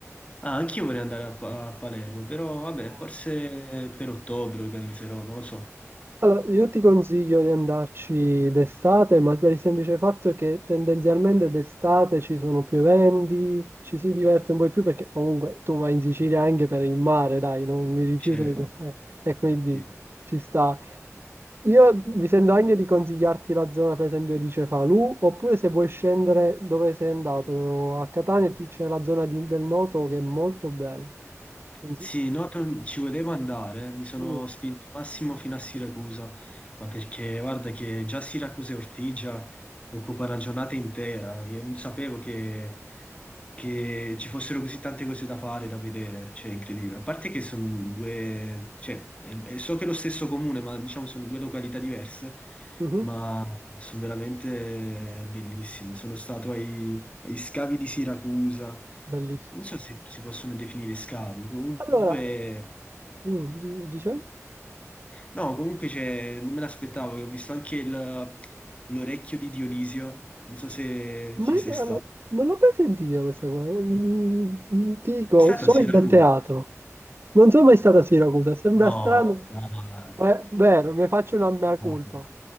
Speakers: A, on the left; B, on the right.
A: Ah, anch'io vorrei andare a, Pa- a Palermo, però vabbè,
B: sì.
A: forse per ottobre organizzerò, non lo so.
B: Allora, io ti consiglio di andarci d'estate, ma per il semplice fatto che tendenzialmente d'estate ci sono più eventi, ci si diverte un po' di più perché comunque tu vai in Sicilia anche per il mare, dai, non mi rifiuto
A: C'è-
B: di... eh, e quindi
A: sì.
B: ci sta. Io mi sento anche di consigliarti la zona, per esempio, di Cefalù, oppure se vuoi scendere dove sei andato, a Catania ti- c'è la zona di- del Noto che è molto bella. Consiglio.
A: Sì, no, to- ci volevo andare, mi sono
B: Mm,
A: spinto massimo fino a Siracusa, ma perché guarda che già Siracusa e Ortigia occupa una giornata intera, io non sapevo che, che ci fossero così tante cose da fare, da vedere, cioè è incredibile. A parte che sono due, cioè, e- e so che è lo stesso comune, ma diciamo sono due località diverse,
B: mhm,
A: ma sono veramente bellissime. Sono stato ai- agli scavi di Siracusa.
B: Bellissimo.
A: Non so se si possono definire scavi, comunque,
B: Allora, Mm, di- Dice,
A: no, comunque c'è, non me l'aspettavo, ho visto anche il- l'orecchio di Dionisio, non so se
B: ma
A: ci
B: è-
A: sei
B: allora,
A: stato.
B: non l'ho mai sentita questa qua. Mm, mm, Ti dico,
A: È stato
B: sono
A: a Siracusa?
B: dal teatro. Non sono mai stata a Siracusa, sembra
A: No,
B: strano,
A: dai,
B: ma è vero, mi faccio una mea colpa.
A: no.